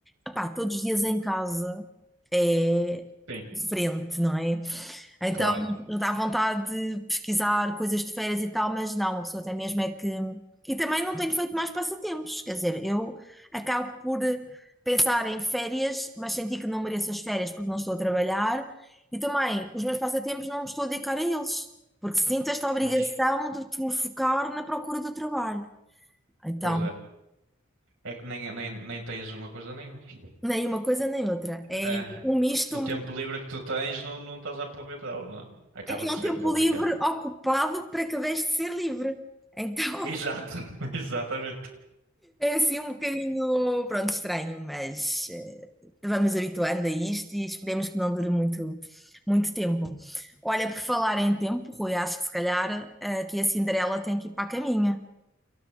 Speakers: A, in the centre; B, on the right (about 70°).
A: Epá, todos os dias em casa é
B: Sim,
A: diferente, não é? Então,
B: claro.
A: dá vontade de pesquisar coisas de férias e tal, mas não, a pessoa tem mesmo é que. E também não tenho feito mais passatempos, quer dizer, eu acabo por pensar em férias, mas senti que não mereço as férias porque não estou a trabalhar, e também os meus passatempos não me estou a dedicar a eles, porque sinto esta obrigação
B: Pois,
A: de te me focar na procura do trabalho. Então,
B: pois é. É que nem, nem, nem tens uma coisa nem outra.
A: nem uma coisa nem outra. É
B: É,
A: um misto,
B: o tempo livre que tu tens não, não estás a aproveitá-lo, não é? Acaba-se
A: é que é um
B: sempre
A: tempo
B: complicado.
A: livre ocupado para que deixe de ser livre. Então.
B: Exato, <laughs> exatamente.
A: É assim um bocadinho, pronto, estranho, mas eh, vamos habituando a isto e esperemos que não dure muito, muito tempo. Olha, por falar em tempo, Rui, acho que se calhar eh, aqui a Cinderela tem que ir para a caminha,